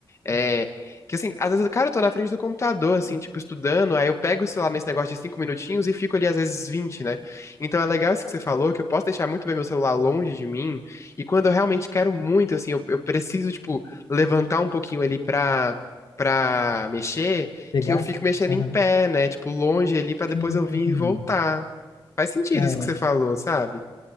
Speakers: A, on the left; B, on the left.
A: É, que assim, às vezes, cara, eu tô na frente do computador, assim, tipo, estudando, aí eu pego o celular nesse negócio de cinco minutinhos e fico ali, às vezes, 20, né? Então é legal isso que você falou, que eu posso deixar muito bem meu celular longe de mim, e quando eu realmente quero muito, assim, eu, eu preciso, tipo, levantar um pouquinho ali pra, pra mexer,
B: Pegar?
A: que eu fico mexendo
B: Aham.
A: em pé, né? Tipo, longe ali pra depois
B: Sim.
A: eu vir e voltar. Faz sentido
B: É.
A: isso que você falou, sabe?